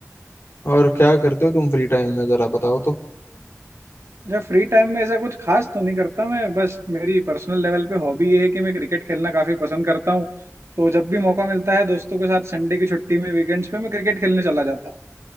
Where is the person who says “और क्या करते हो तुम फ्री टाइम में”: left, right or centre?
Left